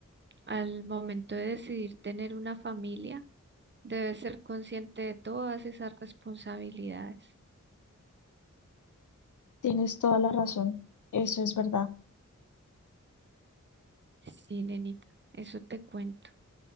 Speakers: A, on the right; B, on the left.
A: al momento de decidir tener una familia, debes ser consciente de todas esas responsabilidades.
B: Tienes toda la razón. Eso es verdad.
A: Sí, nenita, eso te cuento.